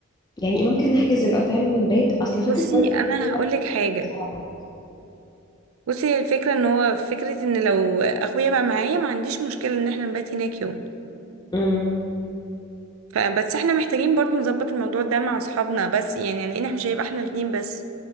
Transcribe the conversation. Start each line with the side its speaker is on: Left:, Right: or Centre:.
Left: يعني ممكن نحجز الاوتيل ونبات اصل
Right: بصي
Left: فكره برضو
Right: انا
Left: ان احنا نرجع
Right: هقولك
Left: في
Right: حاجة
Left: الفندق صعبه
Right: بصي هي الفكرة ان هو فكرة ان لو اخويا بقى معايا ما عنديش مشكلة ان احنا نبات هناك يوم
Left: امم
Right: فبس احنا محتاجين برضو نظبط الموضوع ده مع اصحابنا بس يعني لان احنا مش هيبقى احنا الاتنين بس